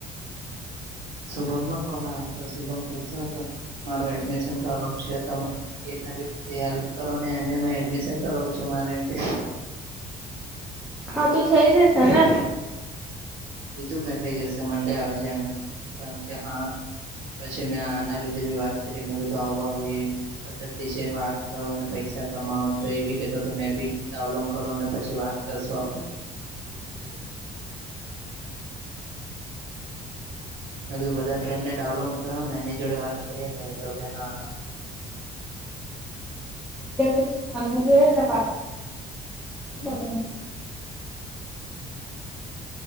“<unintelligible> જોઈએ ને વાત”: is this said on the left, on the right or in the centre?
Centre